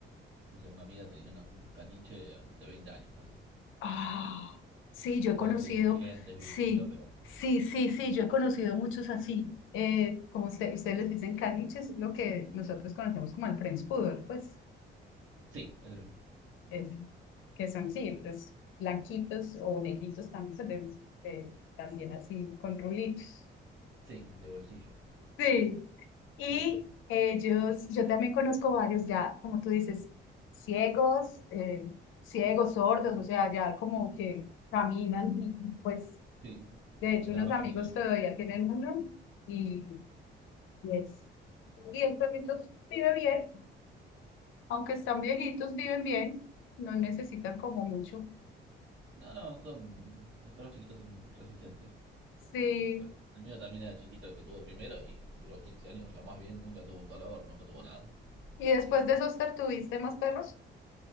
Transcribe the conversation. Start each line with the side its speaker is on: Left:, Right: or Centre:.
Right: No sé, una amiga tenía una- un caniche de 20 años casi.
Left: Ah, sí,
Right: Sí,
Left: yo he conocido,
Right: todo sin dientes,
Left: sí,
Right: viejito, pero... <laughs>
Left: sí, sí, sí, yo he conocido muchos así, eh, como usted- ustedes les dicen caniches, lo que nosotros conocemos como el French Poodle, pues,
Right: Sí, es el mismo.
Left: eh, que son, sí,
Right: Sí,
Left: pues, blanquitos o negritos también, pues, de- de- también así, con rulitos.
Right: sí, de bolsillo.
Left: Sí, y
Right: Sí, sí,
Left: ellos, yo también conozco varios ya, como tú dices, ciegos, eh, ciegos, sordos, o sea, ya como que caminan y y, pues
Right: sí.
Left: De
Right: Y
Left: hecho,
Right: nada
Left: unos
Right: más
Left: amigos
Right: caminan.
Left: todavía tienen uno y, y es, y el perrito vive bien, aunque están viejitos, viven bien, no necesitan como mucho.
Right: No, no, son... Los perros chiquitos son resistentes.
Left: Sí,
Right: Pues el mío también era chiquito, el que tuve primero, y duró 15 años, lo más bien, nunca tuvo un dolor, nunca tuvo nada.
Left: y
Right: Así
Left: después
Right: que
Left: de esos tuviste más perros